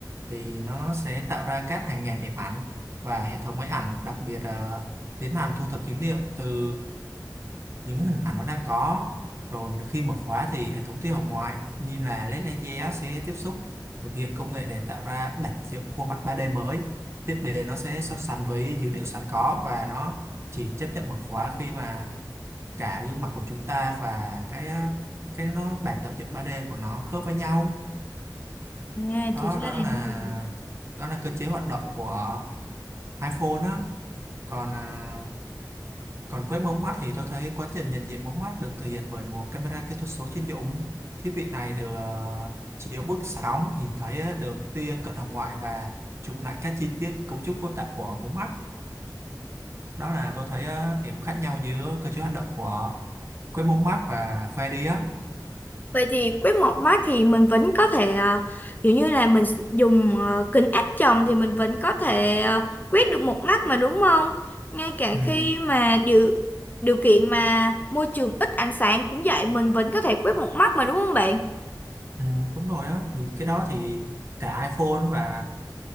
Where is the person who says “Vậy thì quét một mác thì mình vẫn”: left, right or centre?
Left